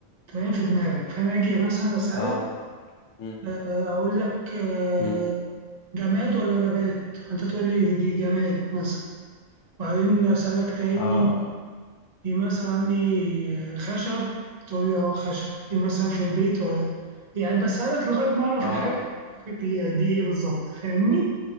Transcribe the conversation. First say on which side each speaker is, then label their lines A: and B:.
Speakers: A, on the right; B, on the left.
A: تمام في دماغك فأنا أجي مثلا أسألك
B: اه امم
A: آه، أقول لك آه،
B: امم
A: جماد ولا نبات فأنت تقول لي دي دي جماد مثلا وبعدين أسألك تاني
B: اه اه
A: دي مثلا إيه خشب تقول لي أه خشب دي مثلا في البيت ولا يعني بسألك لغاية ما أعرف
B: اه
A: الحاجة
B: اه
A: دي دي إيه بالظبط فاهمني؟